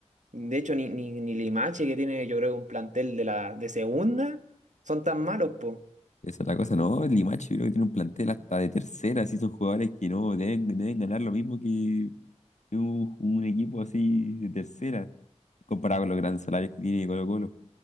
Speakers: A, on the right; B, on the left.
A: De hecho, ni, ni, ni Limache, que tiene, yo creo, un plantel de la de segunda, son tan malos, po.
B: Esa es la cosa, no, el Limache creo que tiene un plantel hasta de tercera, así son jugadores que no deben, deben ganar lo mismo que un, un equipo así de tercera, comparado con los grandes salarios que tiene Colo-Colo.